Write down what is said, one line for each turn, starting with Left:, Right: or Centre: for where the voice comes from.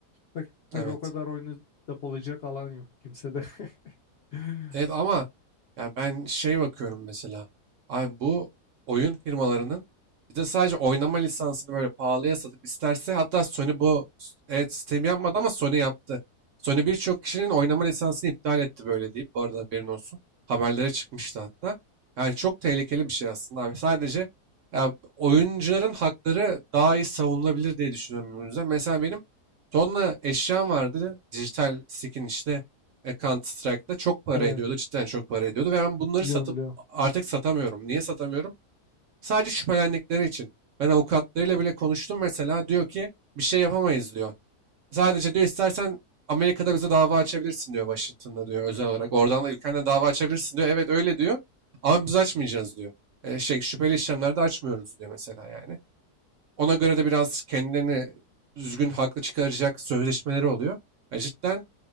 Left: Tak,
Right: Evet.
Left: tabii o kadar oyunu depolayacak alan yok kimsede. <laughs>
Right: Evet ama yani ben şey bakıyorum mesela. Abi bu oyun firmalarının bir de sadece oynama lisansını böyle pahalıya satıp isterse hatta Sony bu evet Steam yapmadı ama Sony yaptı. Sony birçok kişinin oynama lisansını iptal etti böyle deyip bu arada haberin olsun. Haberlere çıkmıştı hatta. Yani çok tehlikeli bir şey aslında abi. Sadece ya, oyuncuların hakları daha iyi savunulabilir diye düşünüyorum bu yüzden. Mesela benim tonla eşyam vardı. Dijital skin işte e, Counter Strike'da çok para
Left: Ne?
Right: ediyordu. Cidden çok para ediyordu. Ve ben bunları
Left: Biliyorum
Right: satıp
Left: biliyorum.
Right: artık satamıyorum. Niye satamıyorum? Sadece şüphelendikleri için. Ben avukatlarıyla bile konuştum mesela. Diyor ki bir şey yapamayız diyor. Sadece diyor istersen Amerika'da bize dava açabilirsin diyor Washington'da diyor özel olarak. Oradan da ülkenden dava açabilirsin diyor. Evet öyle diyor. Ama biz açmayacağız diyor. E, şey şüpheli işlemlerde açmıyoruz diyor mesela yani. Ona göre de biraz kendilerini düzgün haklı çıkaracak sözleşmeleri oluyor. Ya cidden